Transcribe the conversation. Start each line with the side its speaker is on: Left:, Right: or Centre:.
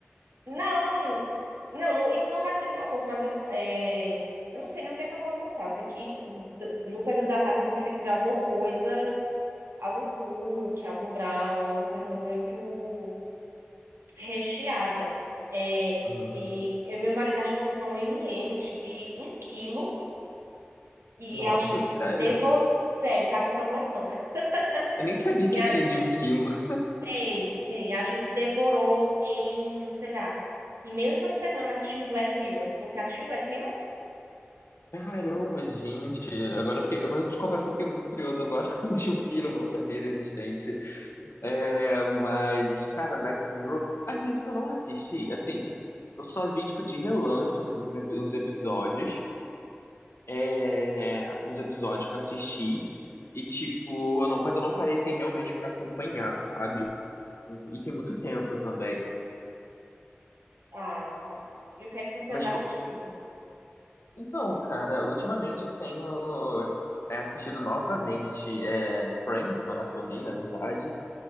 Right: Não, não, não, isso não vai ser meu almoço, mas eu, é, eu não sei nem o que é que eu vou almoçar. Eu sei que d- no período da tarde eu vou querer comer alguma coisa, algum cookie, algum brownie, alguma coisa muito recheada. É,
Left: Hum,
Right: e eu e meu marido acho que comprou um M&M's de um quilo e
Left: nossa,
Right: a gente
Left: sério?
Right: devorou. Sério, tava em promoção. <laughs>
Left: Eu nem sabia
Right: e
Left: que
Right: a
Left: tinha de um quilo. <laughs>
Right: Tem, tem. A gente devorou em, sei lá, em menos de uma semana assistindo Black Mirror. Você assistiu Black Mirror?
Left: Caramba, gente. Agora eu fiquei. Mas eu te confesso que eu fiquei muito curioso agora <laughs> com o de um quilo, eu não sabia da existência. É, mas, cara, Black Mirror, acredito que eu não assisti. Assim, eu só vi, tipo, de relance um- um epi- uns episódios. é, uns episódios que eu assisti. E, tipo, eu não- mas eu não parei, assim, realmente pra acompanhar, sabe? E tem muito tempo também.
Right: Ah, tá. E o que é que você
Left: Mas,
Right: anda assistindo?
Left: co- então, cara, ultimamente eu tenho é, assistido novamente é, Friends, eu maratonei, na verdade.